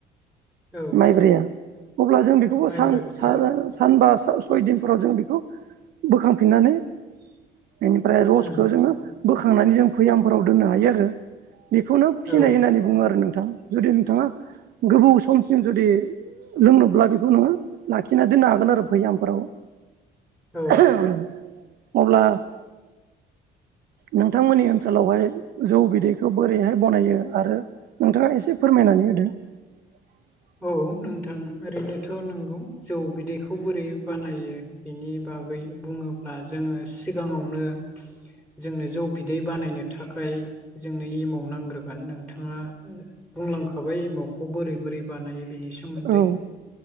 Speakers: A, in the centre; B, on the right (about 65°).
A: औ
B: माइब्राया अब्ला जों बेखौबो
A: माइब्रा
B: सा
A: बिदैया
B: सानबा सयदिनफोराव जों बेखौ बोखांफिननानै बेनिफ्राय रसखौ
A: उम
B: जोङो बोखांनानै जों भैयामफोराव दोननो हायो आरो बेखौनो फिनाय
A: औ
B: होननानै बुङो आरो नोंथां जुदि नोंथाङा गोबौ समसिम जुदि लोंनोब्ला बेखौ नोङो लाखिना दोननो हागोन आरो भैयामफोराव
A: औ
B: <inaudible> अब्ला नोंथांमोननि ओनसोलावहाय जौ बिदैखौ बोरैहाय बनायो आरो नोंथाङा एसे फोरमायनानै होदो <inaudible>
A: औ नोंथां ओरैनोथ' नोंगौ जौ बिदैखौ बोरै बानायो बिनि बागै बुङोब्ला जोङो सिगाङावनो जोंनो जौ बिदै बानायनो थाखाय जोंनो एमाव नांग्रोगोन नोंथाङा बुंलांखाबाय एमावखौ बोरै बोरै बानायो बेनि सोमोन्दै
B: औ